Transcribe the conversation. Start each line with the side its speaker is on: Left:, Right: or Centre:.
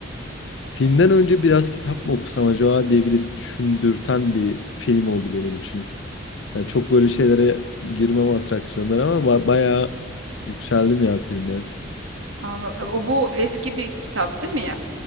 Left: filmden önce biraz kitap mı okusam acaba diye bile düşündürten bir film oldu benim için. Yani çok böyle şeylere girmem atraksiyonlara ama ba- bayağı yükseldim ya filme.
Right: Anla- O bu eski bir kitap değil mi ya?